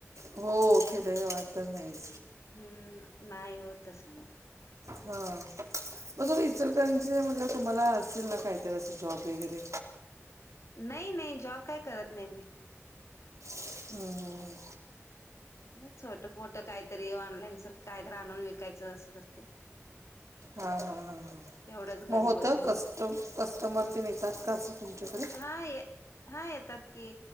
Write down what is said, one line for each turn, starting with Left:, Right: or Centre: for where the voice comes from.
Right: हो खेडेगावात तर नाहीच.
Left: हम्म नाही होत तस.
Right: हा मग तुम्ही इचलकरांचे म्हटलं तुम्हाला असेल ना काहीतरी असं जॉब वगैरे.
Left: नाही नाही जॉब काय करत नाही मी.
Right: हम्म हम्म
Left: हेच, छोटं फोट काहीतरी ऑनलाईन सारख कायतरी आणून विकायचं असं करते.
Right: हां हां हां
Left: तेवढंच घरी
Right: मग होतं
Left: बसून
Right: कस्ट कस्टमर ते नेतात का? असं तुमच्याकडे
Left: हा ये हा येतात की.